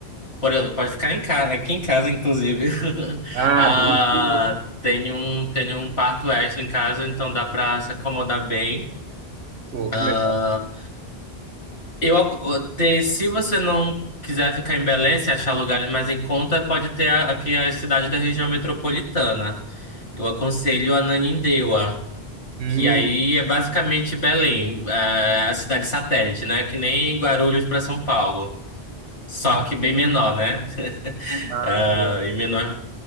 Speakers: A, on the left (about 75°); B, on the right (about 80°).
A: Por, exemplo, pode ficar em casa, aqui em casa, inclusive. <laughs>
B: Ah,
A: Ah,
B: Belém.
A: tem um, tem um quarto extra em casa, então dá pra se acomodar bem.
B: Pô,
A: Ah,
B: que legal.
A: eu, ac- tem, se você não quiser ficar em Belém, se achar lugares mais em conta, pode ter a- aqui as cidades da região metropolitana. Eu aconselho a Ananindeua.
B: Hum,
A: Que aí é basicamente Belém, é, a cidade satélite, né? Que nem Guarulhos para São Paulo. Só
B: hum.
A: que bem menor, né? <laughs>
B: Ah,
A: Ah,
B: boa.
A: e menor,